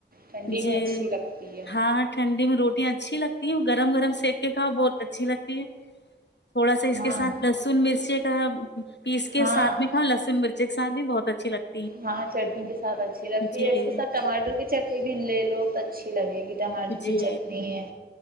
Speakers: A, on the right; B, on the left.
A: ٹھنڈی
B: جی
A: میں اچھی لگتی ہے
B: ہاں ٹھنڈی میں روٹیاں اچھی لگتی گرم گرم سک کے کاؤ بہت اچھی لگتی ج تھوڑا سا اس
A: ہاں
B: کے سھ لہسن مرچی ا پیس کے
A: ہاں
B: سھ میں تھاا لہسن مرچ بھی بہت اچھی لگتا
A: ہاں چٹنی کے ساتھ اچھی لگتی
B: جی
A: ہے اس کے ساتھ ٹماٹر کی چٹنی بھی لے لو اچھی لگ گی ٹماٹر
B: جی
A: کی چٹنی ہے